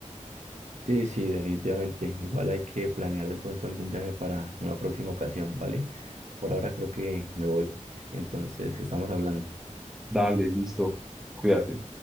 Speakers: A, on the right (about 65°); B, in the centre.
A: Sí, sí, definitivamente. Igual hay que planear de pronto algún viaje para una próxima ocasión, ¿vale? Por ahora creo que me voy. Entonces, estamos hablando.
B: Dale, listo. Cuídate.